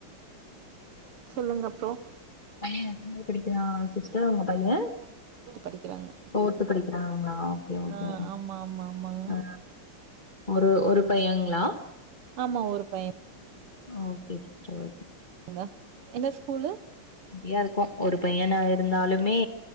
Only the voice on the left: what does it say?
பைய எத்தனாது படிக்கிறா சிஸ்டர் உங்க பைய
போர்த்து படிக்கிறாங்களா ஓகே ஓகே
அ ஒரு ஒரு பையங்ளா
ஓகே சிஸ்டர் ஓகே
நெறையா இருக்கு ஒரு பையனா இருந்தாலுமே